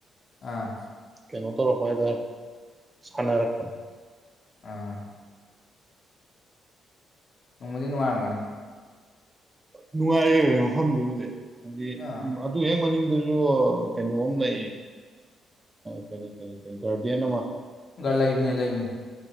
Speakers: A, on the left; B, on the right.
A: ꯑꯥ
B: ꯀꯩꯅꯣ ꯇꯧꯔꯄꯥ ꯍꯥꯢꯇꯥꯔꯦ ꯁꯅꯔꯛꯄ
A: ꯑ ꯅꯣꯡꯃꯗꯤ ꯅꯨꯡꯉꯥꯏꯔꯝꯒꯅꯤ
B: ꯅꯨꯡꯉꯥꯏꯌꯦ ꯃꯐꯝꯗꯨꯕꯨꯗꯤ ꯍꯥꯏꯗꯤ
A: ꯑꯥ
B: ꯎ ꯑꯗꯨ ꯍꯦꯛ ꯃꯅꯤꯡꯗ ꯖꯨ ꯀꯩꯅꯣ ꯑꯃ ꯂꯩꯌꯦ ꯀꯔꯤ ꯀꯔꯤ ꯒꯥꯔꯗꯦꯟ ꯑꯃ
A: ꯂꯩꯕꯅꯦ ꯂꯩꯕꯅꯦ